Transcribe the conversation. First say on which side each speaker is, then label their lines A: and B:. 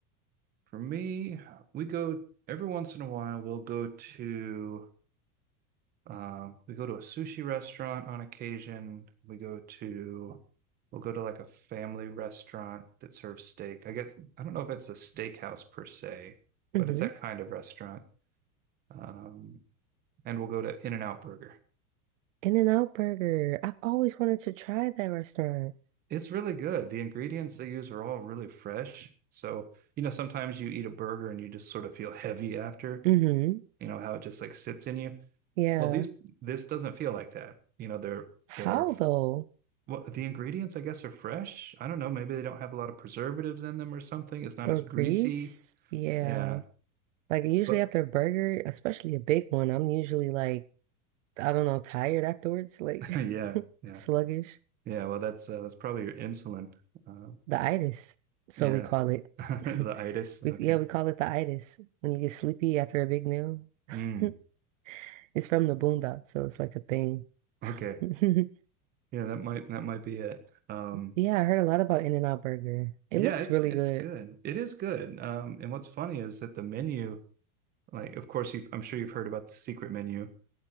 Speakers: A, on the right (about 25°); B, on the right (about 70°).
A: for me, we go every once in a while. We'll go to Um, we go to a sushi restaurant on occasion. We go to, we'll go to like a family restaurant that serves steak. I guess, I don't know if it's a steakhouse per se,
B: Mm-hmm.
A: but it's that kind of restaurant. Um, and we'll go to In-N-Out Burger.
B: In-N-Out Burger. I've always wanted to try that restaurant.
A: It's really good. The ingredients they use are all really fresh. So, you know, sometimes you eat a burger and you just sort of feel heavy after,
B: Mm-hmm.
A: you know, how it just like sits in you.
B: Yeah.
A: Well, these, this doesn't feel like that. You know, they're,
B: How
A: they're
B: though?
A: Well, the ingredients, I guess, are fresh. I don't know. Maybe they don't have a lot of preservatives in them or something. It's not
B: Or
A: as greasy.
B: Greece? Yeah.
A: Yeah,
B: Like usually
A: but
B: after a burger, especially a big one, I'm usually like, I don't know, tired afterwards, like
A: <laughs> yeah,
B: <laughs>
A: yeah,
B: sluggish.
A: yeah. Well, that's uh, that's probably your insulin. Um,
B: The itis, so
A: yeah,
B: we call it.
A: <laughs> the
B: <laughs>
A: itis.
B: We
A: Okay.
B: yeah, we call it the itis when you get sleepy after a big meal.
A: Mm,
B: <laughs> It's from the boondocks, so it's like a thing.
A: okay.
B: <laughs>
A: Yeah, that might that might be it. Um,
B: Yeah, I heard a lot about In-N-Out Burger. It
A: yeah,
B: looks
A: it's
B: really
A: it's
B: good.
A: good. It is good. Um, and what's funny is that the menu, like, of course, you've, I'm sure you've heard about the secret menu.